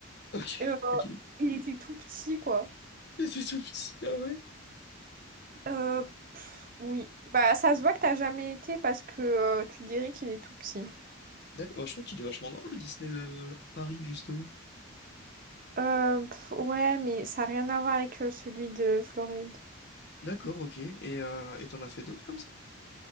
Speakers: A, on the left; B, on the right.
A: Ok,
B: Et, Euh,
A: ok.
B: il était tout petit, quoi.
A: Et c'est tout petit, ah ouais.
B: Euh, pff, oui. Bah, ça se voit que t'as jamais été parce que euh, tu dirais qu'il est tout petit.
A: D'accord, Bah, je trouve qu'il est vachement grand, le Disneyland Paris, justement.
B: Euh, pff, ouais, mais ça n'a rien à voir avec euh, celui de Floride.
A: D'accord, ok. Et euh, et t'en as fait d'autres comme ça?